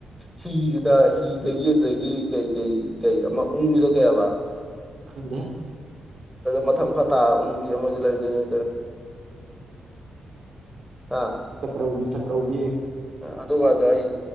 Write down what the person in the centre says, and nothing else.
ꯍꯤꯒꯤꯗ ꯍꯤꯗꯒꯤ ꯑꯗꯒꯤ ꯀꯩ ꯀꯩ ꯀꯩ ꯑꯃ ꯎꯪꯕꯤꯗꯣ ꯀꯩꯑꯕ
ꯃꯊꯛ ꯃꯈꯥ ꯇꯥꯔ ꯎꯪꯕꯤ ꯑꯃꯁꯨ ꯂꯩꯔꯤꯅꯦ ꯍꯥ
ꯑꯗꯨꯒꯗꯣ ꯑꯩ